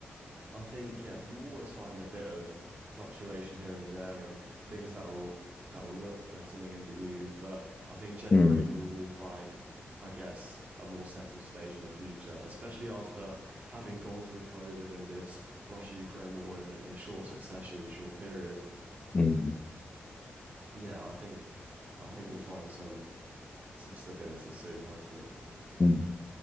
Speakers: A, on the right; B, on the left.
A: I think yeah, you always find a bit of fluctuation here and there and things that will that will look threatening in the news, but I think generally
B: mm, mm,
A: we will find, I guess, a more settled stage in the future, especially after having gone through COVID and this Russia-Ukraine war in, in a short succession, short period.
B: mm.
A: Yeah, I think I think we'll find some some stability soon, hopefully. <laughs>
B: Mm.